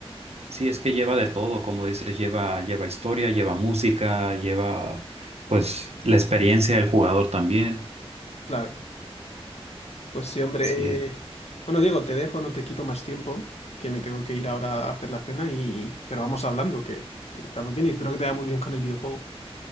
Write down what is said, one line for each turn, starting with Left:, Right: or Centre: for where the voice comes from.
Right: Sí, es que lleva de todo, como dices, lleva, lleva historia, lleva música, lleva pues la experiencia del jugador también.
Left: Claro. Pues sí, hombre.
Right: Sí,
Left: eh, Bueno, Diego, te dejo, no te quito más tiempo, que me tengo que ir ahora a hacer la cena y... Pero vamos hablando, que, que está muy bien y espero que te vaya muy bien con el videojuego.